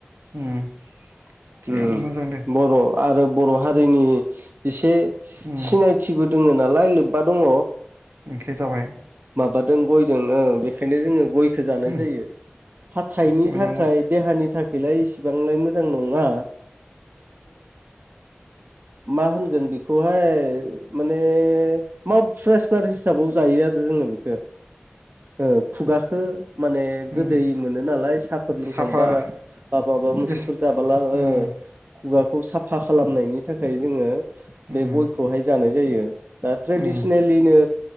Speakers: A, on the right; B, on the right.
A: उम थिगानो
B: उम
A: मोजां दे
B: बर' आरो बर' हारिनि एसे
A: उम
B: सिनायथिबो दोङो नालाय लोब्बा दङ।
A: ओंख्रि जाबाय
B: माबादों गयदों ओ बेखायनो जोङो गयखो जानाय
A: उम
B: जायो हाथाइनि
A: मोजां
B: थाखाय
A: उम
B: देहानि थाखायलाय इसेबांलाय मोजां न मा होनगोन बेखौहाय माने मउथ फ्रेसनार हिसाबाव जायो आरो जोङो बेखौ ओ खुगखो माने
A: उम
B: गोदै मोनो नालाय साफ फोर लोंखांबा
A: साफा
B: बा माबा मोनसेफोर
A: गेस
B: जाबोला
A: उम
B: ओ खुगाखौ साफा खालामनायनि थाखाय जोङो
A: उम
B: बे गयखौहाय जानाय जायो दा ट्रेडिसनेलिनो
A: उम